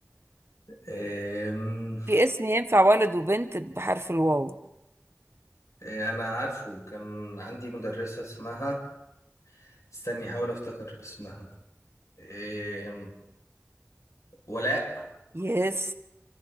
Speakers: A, on the left; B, on the right.
A: إيه م-
B: في اسم ينفع ولد وبنت بحرف الواو
A: إيه أنا عارفه كان عندي مدرسة اسمها استني أحاول أفتكر اسمها إيه م- ولاء
B: يس